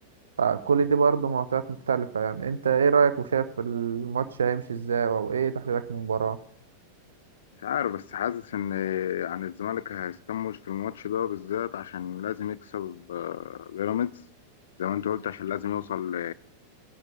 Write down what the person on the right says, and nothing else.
فكل دي برضه معطيات مختلفة يعني أنت إيه رأيك وشايف الماتش هيمشي إزاي أو إيه تحليلك للمباراة؟